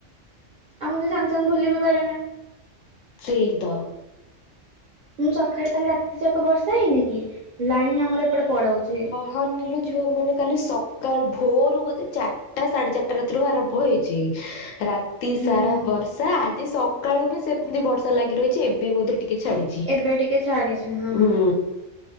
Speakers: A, on the right; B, on the left.
A: ଆଉ ମୁଁ ସେ ସାଙ୍ଗେ ସାଙ୍ଗେ ଭୁଲି ବିି ପାରେନା।
B: ସେଇତ।
A: ମୁଁ ସଖାଳେ କାଲି ରାତି ଯାକ ବର୍ଷା ହେଇନି କି? ଲାଇନ ଆମର ଏପଟେ ପଳଉଛି।
B: ହଁ ନିଲୁ ଯିବ ମାନେ କାଲି ସକାଳୁ ଭୋରୁ ବୋଧେ ଚାର ଟା ସାଢେ ଚାରିଟା ରାତିରୁ ଆରମ୍ଭ ହେଇଛି। ରାତି
A: ଉଁ
B: ସାରା ବର୍ଷା ଆଜି ସକାଳୁ ବି ସେମିତି ବର୍ଷା ଲାଗି ରହିଛି ଏବେ ବୋଧେ ଟିକେ ଟିକେ ଛାଡିଛି।
A: ଏବେ ଟିକେ ଛାଡିଛି ହଁ।
B: ହୁଁ